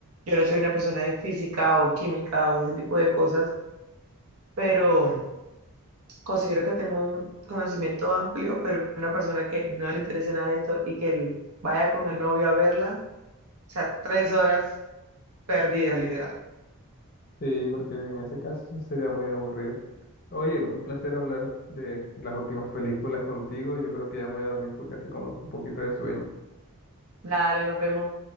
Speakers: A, on the right; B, on the left.
A: yo no soy una persona de física o química o ese tipo de cosas, pero considero que tengo un conocimiento amplio, pero una persona que no le interese nada de esto y que él vaya con el novio a verla, o sea, tres horas perdidas, literal.
B: Sí, porque en ese caso sí sería muy aburrido. Oye, un placer hablar de las últimas películas contigo. Yo creo que ya me voy a dormir porque hace como un poquito de sueño.
A: Dale, nos vemos.